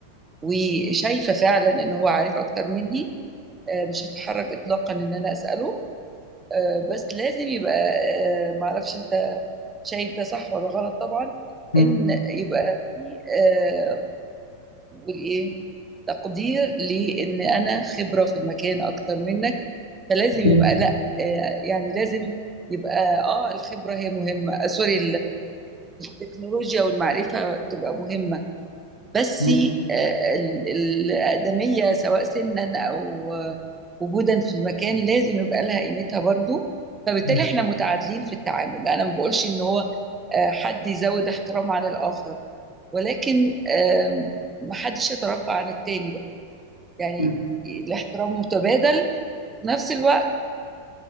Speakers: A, on the right; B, on the left.
A: وشايفه فعلا ان هو عارف اكتر مني آه، مش هتحرج اطلاقا ان انا اساله آه، بس لازم يبقى آه، معرفش انت شايف ده صح ولا غلط طبعا
B: م.
A: ان يبقى في آه، نقول ايه تقدير لان انا خبره في المكان اكتر منك فلازم
B: اكيد
A: يبقى لا آه، يعني لازم يبقى اه الخبره هي مهمه آه، سوري التكنولوجيا والمعرفة تبقى مهمة بس
B: م-
A: آه، ال- الأقدمية سواء سنا أو آه، وجودا في المكان لازم يبقى لها قيمتها برضو فبالتالي
B: م-
A: احنا متعادلين في التعامل أنا ما بقولش إن هو آه، حد يزود احترام عن الآخر ولكن آم، محدش يترفع عن التاني بقى يعني
B: م-
A: الاحترام متبادل في نفس الوقت